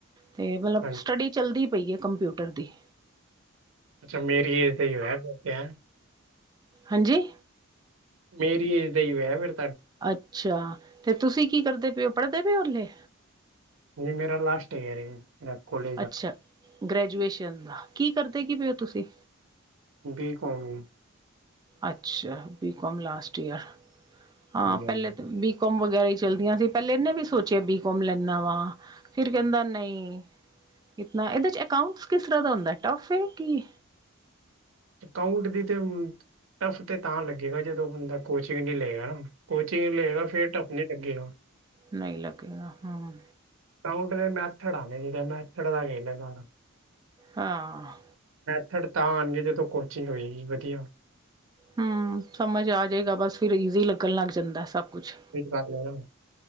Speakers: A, on the right; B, on the right.
A: ਤੇ ਮਤਲਬ
B: ਹਾਂਜੀ
A: ਸਟੱਡੀ ਚੱਲਦੀ ਪਈ ਹੈ ਕੰਪਿਊਟਰ ਦੀ।
B: ਅੱਛਾ ਮੇਰੀ ਏਜ ਦੇ ਹੀ ਹੋਏ ਬੱਚੇ ਐ।
A: ਹਾਂਜੀ।
B: ਮੇਰੀ ਏਜ ਦੇ ਹੀ ਹੈ ਫੇਰ।
A: ਅੱਛਾ ਤੇ ਤੁਸੀਂ ਕੀ ਕਰਦੇ ਪਏ ਹੋ ਪੜ੍ਹਦੇ ਪਏ ਹੇ ਹਲੇ।
B: ਜੀ ਮੇਰਾ ਲਾਸਟ ਯੀਅਰ ਹੈ। ਏ ਕੋਲਜ।
A: ਅੱਛਾ ਗ੍ਰੈਜੂਏਸ਼ਨ ਕੀ ਕਰਦੇ ਕੀ ਪਏ ਓ ਤੁਸੀਂ।
B: ਬੀਕੋਮ।
A: ਅੱਛਾ ਬੀਕੋਮ ਲਾਸਟ ਯੀਅਰ ਹਾਂ
B: ਹਾਂਜੀ।
A: ਪਹਿਲੇ ਤੇ ਬੀਕੋਮ ਵਗੈਰਾ ਹੀ ਚਲਦੀਆਂ ਸੀ ਪਹਿਲੇ ਇਹਨੇ ਵੀ ਸੋਚਿਆ ਬੀ ਕੌਮ ਲੈਨਾ ਵਾ ਫਿਰ ਕਹਿੰਦਾ ਨਹੀਂ। ਕਿਤਨਾ ਇਹਦੇ ਚ ਅਕਾਊਟਸ ਕਿਸ ਤਰ੍ਹਾਂ ਦਾ ਹੁੰਦਾ ਟਫ ਏ ਕਿ ਐ।
B: ਅਕਾਊਂਟ ਦੀ ਤਾਂ ਟਫ ਤੇ ਤਾਂ ਲੱਗੇਗਾ ਜਦੋਂ ਬੰਦਾ ਕੋਚਿੰਗ ਨਹੀਂ ਲਏਗਾ ਨਾ। ਕੋਚਿੰਗ ਲਏਗਾ ਫੇਰ ਟੱਫ ਨਹੀਂ ਲੱਗੇਗਾ।
A: ਨਹੀਂ ਲੱਗੇਗਾ ਹਾ।
B: ਕਾਊਂਟ ਦੇ ਮੈਥਡ ਆਂਦੇ ਮੈਥਡ ਦਾ ਖੇਲ ਏ ਸਾਰਾ।
A: ਹਾਂ।
B: ਮੈਥਡ ਤਾਂ ਆਉਣਗੇ ਜਦੋਂ ਕੋਚਿੰਗ ਹੋਏਗੀ ਵਧੀਆ।
A: ਹੂੰ ਸਮਝ ਆ ਜਾਏਗਾ ਬਸ ਫਿਰ ਈਜ਼ੀ ਲੱਗਣ ਲੱਗ ਜਾਂਦਾ ਸਭ ਕੁੱਛ
B: ਸਹੀ ਗੱਲ ਹੈ ਨਾ